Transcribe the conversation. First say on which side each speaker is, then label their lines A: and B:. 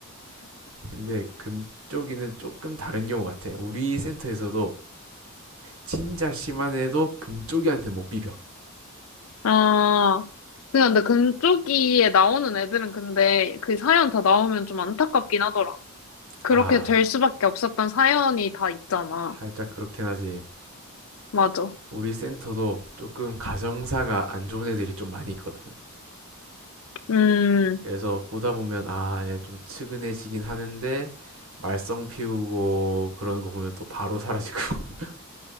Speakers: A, on the right; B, on the left.
A: 근데 금쪽이는 조금 다른 경우 같아. 우리 센터에서도 진짜 심한 애도 금쪽이한테 못 비벼.
B: 아, 그냥 근데 금쪽이에 나오는 애들은 근데 그 사연 다 나오면 좀 안타깝긴 하더라. 그렇게
A: 아
B: 될 수밖에 없었던 사연이 다 있잖아.
A: 살짝 그렇긴 하지.
B: 맞아.
A: 우리 센터도 조금 가정사가 안 좋은 애들이 좀 많이 있거든.
B: 음.
A: 그래서 보다 보면 아, 얘 좀 측은해지긴 하는데 말썽 피우고 그러는 거 보면 또 바로 사라지고 <laughs>